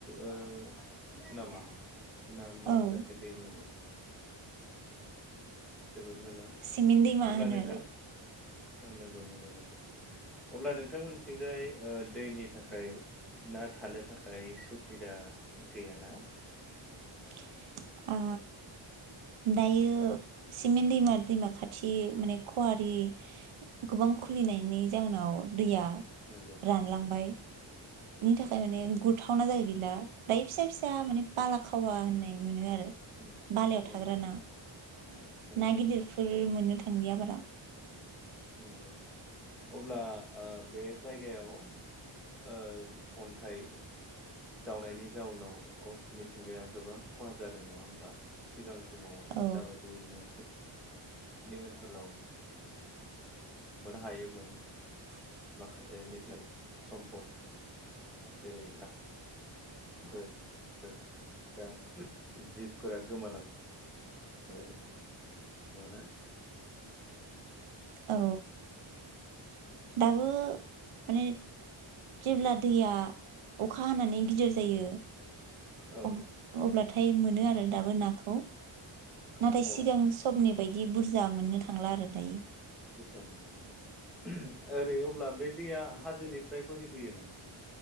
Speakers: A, in the centre; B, on the right (about 75°).
A: ओ नामा? ना मा
B: औ
A: जाखो दैनि मुङा? जोबोर मोजां
B: सिमेन्ट दैमा
A: अब्ला
B: होनो
A: नोंथां
B: आरो
A: औ नंगौ नंगौ नंगौ अब्ला नोंथांमोनथिंजाय ओ दैनि थाखाय ना थानो थाखाय सुबिदा गैयाना?
B: <inaudible> ओ दायो सिमेन‌ दैमा दैमा खाथ थि माने खवारि गोबां खुलिनायनि जाहोनाव दैया
A: नंगौ
B: रानलांबाय। बेनि थाखाय माने गुरथावना जाय गैला दायो फिसा फिसा माने बाला खावा होन नाय मोनो आरो
A: उम
B: बालायाव
A: नंगौ
B: थाग्रा
A: नंगौ
B: ना
A: नंगौ
B: ना गिदिरफोर मोननो थांलिया बारा
A: नंगौ अब्ला ओ बे जायगायाव ओ अन्थाइ जावनायनि जाउनाव ओ मिथिंगाया गोबां खहा जादों नङा होमबा सिगां समाव
B: औ
A: जाबायदि नोंसि नि ओनसोलाव मोनो हायोमोन
B: <inaudible>
A: खासे मिथिं <unintelligible> सम्पद जेरै <unintelligible> दा जिबफोरा गोमालां <unintelligible> नङाना
B: औ दाबो माने जेब्ला दैया अखा हानानै गिदिर जायो
A: औ
B: अब-अब्लाथाय मोनो आरो दाबो नाखौ नाथाय
A: औ
B: सिगां
A: औ
B: समनि बायदि बुरजा मोननो थांला आरो दायो।
A: बुरजा मोननो थांला ओरै अब्ला बे दैया हाजोनिफाय बोहैबोयो नामा?